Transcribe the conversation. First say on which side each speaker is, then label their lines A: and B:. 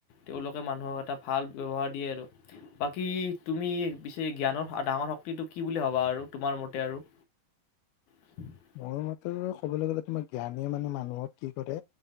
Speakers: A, on the left; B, on the left.
A: তেওঁলোকে মানুহক এটা ভাল ব্যৱহাৰ দিয়ে আৰু। বাকী তুমি পিছে জ্ঞানৰ ডাঙৰ শক্তিটো কি বুলি ভবা আৰু তোমাৰ মতে আৰু। <inaudible>
B: মোৰ মতে ক'বলৈ গ'লে তোমাৰ জ্ঞানে মানে মানুহক কি কৰে।